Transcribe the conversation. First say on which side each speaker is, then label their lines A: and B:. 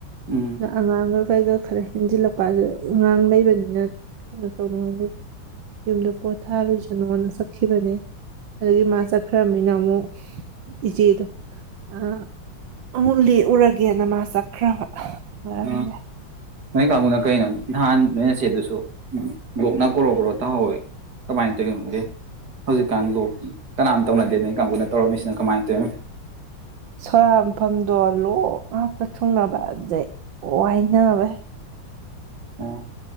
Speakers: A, on the right; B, on the right.
A: ꯎꯝ
B: ꯑꯗꯨ ꯑꯉꯥꯡꯒ ꯈꯣꯏꯒ ꯈꯔ ꯍꯦꯟꯖꯤꯜꯂꯛꯄ ꯑꯗꯨꯗ ꯑꯉꯥꯡ ꯂꯩꯕꯅꯤꯅ ꯀꯩꯅꯣ ꯇꯧꯅꯉꯥꯢꯗꯩ ꯌꯨꯝꯗ ꯄꯣꯊꯥꯔꯨꯁꯅꯣꯅ ꯆꯠꯈꯤꯕꯅꯦ ꯑꯗꯨꯗꯒꯤ ꯃꯥ ꯆꯠꯈ꯭ꯔꯕꯅꯤꯅ ꯑꯃꯨꯛ ꯏꯆꯦꯗꯣ ꯑꯥ ꯑꯃꯨꯛ ꯂꯦꯛꯎꯔꯒꯦ ꯌꯦꯡꯉꯝ ꯃꯥ ꯆꯠꯈ꯭ꯔꯕ <inaudible> ꯉꯥꯔꯥꯡꯗꯩ
A: ꯑ ꯅꯣꯏ ꯀꯥꯡꯕꯨꯅ ꯀꯩꯅꯣ ꯅꯍꯥꯟ ꯅꯣꯏꯅꯆꯦꯗꯨꯁꯨ ꯂꯣꯛꯅ ꯒꯣꯔꯣ ꯒꯣꯔꯣ ꯇꯥꯍꯧꯋꯦ ꯀꯃꯥꯏꯅ ꯇꯧꯔꯤꯅꯣ ꯈꯪꯗꯦ ꯍꯧꯖꯤꯛꯀꯥꯟ ꯂꯣꯛ ꯀꯅꯥꯝ ꯇꯧꯅꯗꯦ ꯅꯣꯏ ꯀꯥꯡꯕꯨꯅ ꯇꯧꯔꯝꯃꯤꯁꯤꯅ ꯀꯃꯥꯏꯅ ꯇꯧꯋꯤꯅꯣ
B: ꯁꯣꯔꯥꯠ ꯃꯐꯝꯗꯣ ꯂꯣꯛ ꯉꯥꯛꯇ ꯊꯨꯡꯅꯕ ꯑꯗꯨꯗꯩ ꯋꯥꯏꯅꯕꯩ
A: ꯑꯣ